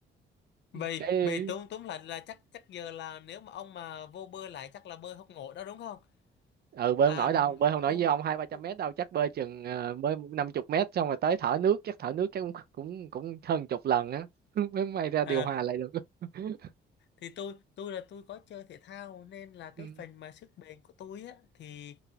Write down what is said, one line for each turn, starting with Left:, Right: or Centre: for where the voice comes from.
Left: vậy
Right: cái
Left: vậy tốn tốn lại là chắc chắc giờ là nếu mà ông mà vô bơi lại chắc là bơi hốc nổi đó đúng không
Right: ừ bơi
Left: à,
Right: không nổi đâu bơi không nổi
Left: tôi
Right: với ông hai ba trăm
Left: tôi-
Right: mét đâu chắc bơi chừng ờ, bơi năm chục mét xong rồi tới thở nước chắc thở nước chắc cũng cũng cũng hơn chục lần á <laughs> mới may ra điều
Left: à,
Right: hòa lại được <laughs>
Left: thì tôi tôi là tôi có chơi thể thao nên là cái
Right: ừ
Left: phần mà sức bền của tôi á thì